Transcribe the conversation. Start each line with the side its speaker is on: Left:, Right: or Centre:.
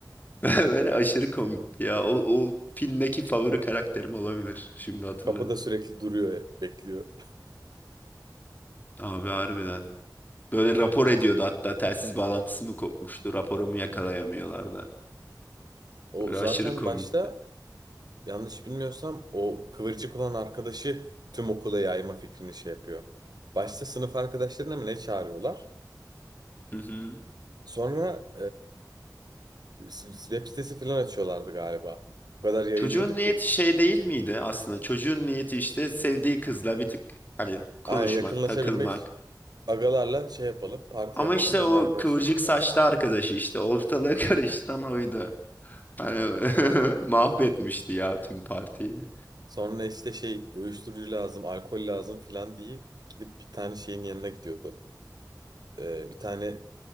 Left: <laughs> Böyle aşırı komikti ya. O, o filmdeki favori karakterim olabilir. Şimdi hatırladım.
Right: Kapıda sürekli duruyor bekliyor.
Left: Abi harbiden. Böyle rapor ediyordu hatta telsiz bağlantısı mı kopmuştu raporumu yakalayamıyorlardı.
Right: Hı. O
Left: Böyle
Right: zaten
Left: aşırı komik.
Right: başta yanlış bilmiyorsam o kıvırcık olan arkadaşı tüm okula yayma fikrini şey yapıyor. Başta sınıf arkadaşlarına mı ne çağırıyorlar?
Left: Hı hı.
Right: Sonra e, s- web sitesi falan açıyorlardı galiba. O kadar yayılıyordu
Left: Çocuğun niyeti
Right: ki.
Left: şey değil miydi aslında? Çocuğun niyeti işte sevdiği kızla bir tık hani konuşmak,
Right: Ay, yakınlaşabilmek
Left: takılmak.
Right: Agalarla şey yapalım, parti
Left: Ama
Right: yapalım.
Left: işte
Right: Onun
Left: o
Right: arkadaşlarını
Left: kıvırcık
Right: çağır.
Left: saçlı arkadaşı işte ortalığı <laughs> karıştıran oydu. Hani <laughs> mahvetmişti ya tüm partiyi.
Right: Sonra işte şey uyuşturucu lazım, alkol lazım filan diye gidip bir tane şeyin yanına gidiyordu. Ee, bir tane